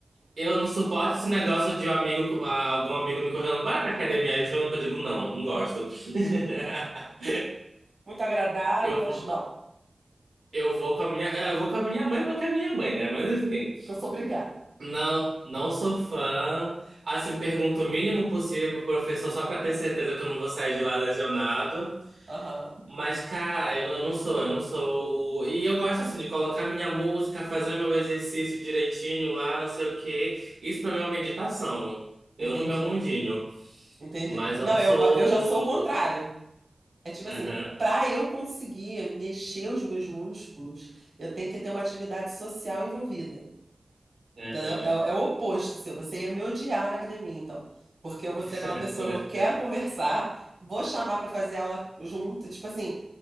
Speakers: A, on the right; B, on the right.
A: Eu não suporto esse negócio de um amigo, ah, algum amigo me convidando, bora pra academia junto. Eu digo, não, não gosto. <laughs>
B: Muito agradável,
A: Eu
B: mas
A: vou,
B: não.
A: eu vou com a minha, eu vou com a minha mãe porque é a minha mãe, né? Mas enfim.
B: Porque eu sou obrigada.
A: Não, não sou fã. Assim, pergunto o mínimo possível pro professor só pra ter certeza que eu não vou sair de lá lesionado.
B: Aham.
A: Mas, cara, eu não, eu não sou, eu não sou o... E eu gosto, assim, de colocar minha música, fazer meu exercício direitinho lá, não sei o quê. Isso pra mim é uma meditação. Eu
B: Entendi.
A: no meu mundinho.
B: Entendi.
A: Mas
B: Não,
A: eu não sou...
B: eu, go- eu já sou o contrário.
A: o-
B: É tipo
A: Aham,
B: assim, pra eu conseguir mexer os meus músculos, eu tenho que ter uma atividade social envolvida.
A: aham.
B: Entendeu? É, é o oposto seu. Você ia me odiar na academia, então. Porque eu vou
A: <laughs>
B: ser aquela pessoa que eu quero <laughs> conversar, vou chamar pra fazer aula junto, tipo assim,